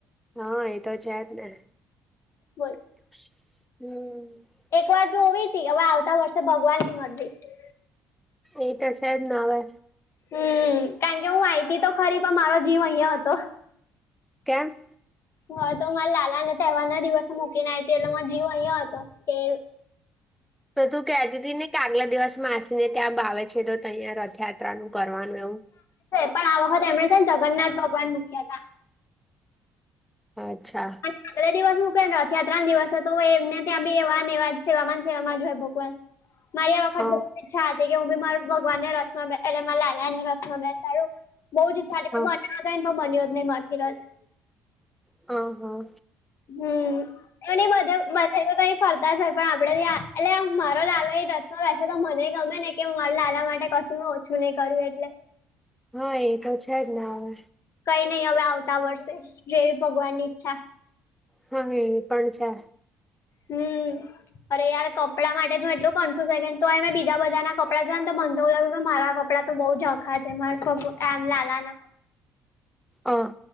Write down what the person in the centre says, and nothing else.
હા એ તો છે જ ને.
હમ.
એ તો છે જ ને હવે
કેમ?
તો તું કહેતી હતી ને કે આગલા દિવસ માસીને ત્યાં બાવ છે તો તહીંયા રથયાત્રા નું કરવાનું એવું.
અચ્છા.
હ
હ
હ હા.
હા એ તો છે જ ના હ
હા એ પણ છે.
અ